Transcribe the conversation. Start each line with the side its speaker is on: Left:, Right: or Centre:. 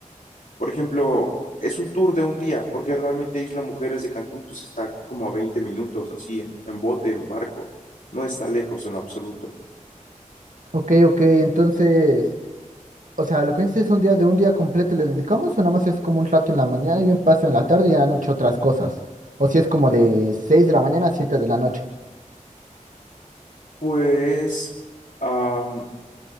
Left: por ejemplo, es un tour de un día, porque realmente Isla Mujeres de Cancún pues está como a 20 minutos, así, en, en bote, en barco. No está lejos en lo absoluto.
Right: Ok, ok, entonces... O sea, lo que dices es un día de un día completo le dedicamos o nada más es como un rato en la mañana y un paso en la tarde y en la noche otras cosas. O si es como de seis de la mañana a siete de la noche.
Left: Pues... am,